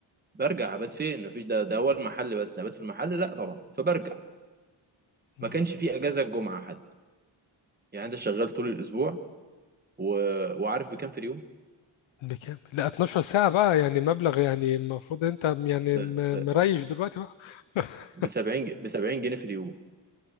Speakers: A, on the right; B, on the left.
A: برجع أبات فين؟ مفيش ده ده هو المحل بس أبات في المحل لا طبعا فبرجع
B: مم.
A: ما كانش فيه أجازة الجمعة حتى يعني أنت شغال طول الأسبوع و... وعارف بكام في اليوم؟
B: بكام لا 12 ساعة بقى يعني مبلغ يعني المفروض انت يعني
A: ب...
B: م-
A: ب...
B: مريش دلوقتي بقى <laughs>
A: ب 70 ب 70 جنيه في اليوم